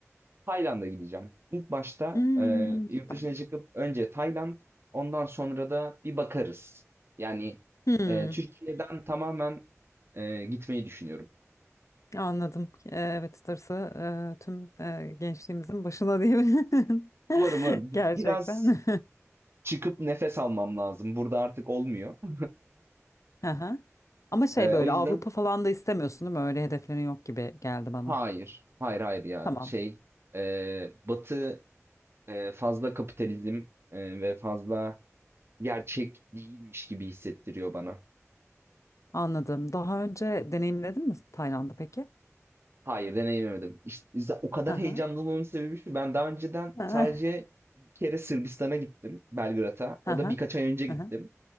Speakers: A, on the right; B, on the left.
A: Tayland'a gideceğim. İlk başta
B: Hmm,
A: eee yurt
B: süper.
A: dışına çıkıp önce Tayland, ondan sonra da bir bakarız. Yani
B: Hmm,
A: eee, Türkiye'den tamamen eee, gitmeyi düşünüyorum.
B: anladım. Ee, Evet, Stars'ı e, tüm e, gençliğimizin başına diyebilirim.
A: Umarım,
B: <laughs>
A: umarım.
B: Gerçekten.
A: Biraz çıkıp nefes almam lazım. Burada artık olmuyor. <laughs>
B: <laughs> Aha. Ama şey
A: Eee,
B: böyle
A: o yüzden
B: Avrupa falan da istemiyorsun değil mi? Öyle hedeflerin yok gibi geldi bana.
A: Hayır, hayır, hayır ya.
B: Tamam.
A: Şey, e, Batı e, fazla kapitalizm e, ve fazla gerçek değilmiş gibi hissettiriyor bana.
B: Anladım. Daha önce deneyimledin mi Tayland'ı peki?
A: Hayır, deneyimlemedim. İşte, z- o kadar
B: Aha.
A: heyecanlı olmamın sebebi şu. Ben daha önceden
B: Aha.
A: sadece bir kere Sırbistan'a gittim, Belgrad'a. O
B: Aha.
A: da birkaç ay önce gittim.
B: Aha.